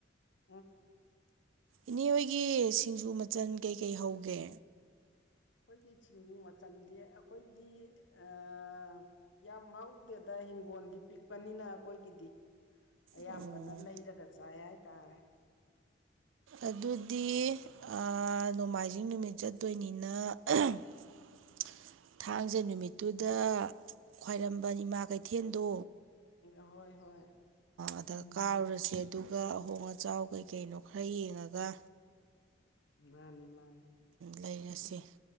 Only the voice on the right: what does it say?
ꯏꯅꯦ ꯍꯣꯏꯒꯤ ꯁꯤꯡꯖꯨ ꯃꯆꯟ ꯀꯩꯀꯩ ꯍꯧꯒꯦ
ꯑꯣ
ꯑꯗꯨꯗꯤ ꯑꯥ ꯅꯣꯡꯃꯥꯏꯖꯤꯡ ꯅꯨꯃꯤꯠ ꯆꯠꯇꯣꯏꯅꯤꯅ <inaudible> ꯊꯥꯡꯖ ꯅꯨꯃꯤꯠꯇꯨꯗ ꯈ꯭ꯋꯥꯏꯔꯝꯕꯟ ꯏꯃꯥ ꯀꯩꯊꯦꯟꯗꯣ
ꯑꯗ
ꯀꯥꯔꯨꯔꯁꯦ ꯑꯗꯨꯒ ꯑꯍꯣꯡ ꯑꯆꯥꯎ ꯀꯩꯀꯩꯅꯣ ꯈꯔ ꯌꯦꯡꯉꯒ
ꯂꯩꯔꯁꯤ